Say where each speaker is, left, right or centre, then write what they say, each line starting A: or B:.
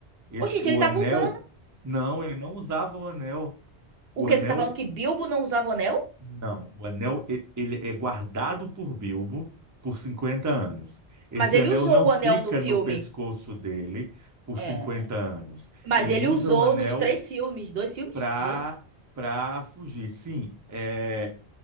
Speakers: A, on the right (about 20°); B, on the right (about 65°).
A: Esse,
B: Ô, gente,
A: o
B: ele tava
A: anel,
B: usando.
A: não, ele não usava o anel. O
B: O quê?
A: anel,
B: Você tá falando que Bilbo não usava o anel?
A: não, o anel e- ele é guardado por Bilbo por 50 anos. Esse
B: Mas ele
A: anel
B: usou
A: não
B: o
A: fica
B: anel no filme.
A: no pescoço dele por
B: É.
A: 50 anos.
B: Mas
A: Ele
B: ele
A: usa
B: usou
A: um anel
B: nos três filmes. Dois filmes?
A: para
B: Dois.
A: para fugir. Sim, é,